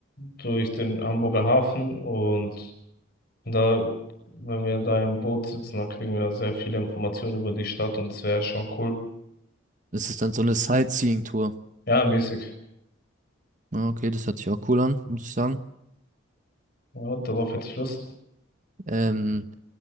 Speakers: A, on the left (about 50°); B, on the right (about 40°).
A: durch den Hamburger Hafen und da, wenn wir da im Boot sitzen, dann kriegen wir sehr viele Informationen über die Stadt und das wäre schon cool.
B: Das ist dann so eine Sightseeing-Tour.
A: Ja, mäßig.
B: Ja, Okay, das hört sich auch cool an, muss ich sagen.
A: Ja, darauf hätte ich Lust.
B: Ähm,